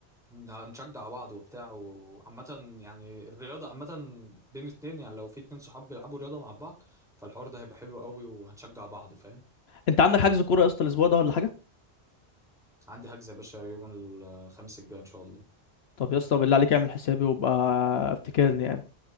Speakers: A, in the centre; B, on the left.
A: هنشجع بعض وبتاع وعامة يعني الرياضة عامة بين اتنين يعني لو في اتنين صحاب بيلعبوا رياضة مع بعض فالحوار ده هيبقى حلو قوي وهنشجع بعض فاهم
B: انت عندك حجز كوره يا اسطى الاسبوع ده ولا حاجه
A: عندي حجز يا باشا يوم الخميس الجاي ان شاء الله
B: طب يا اسطى بالله عليك اعمل حسابي وابقى افتكرني يعني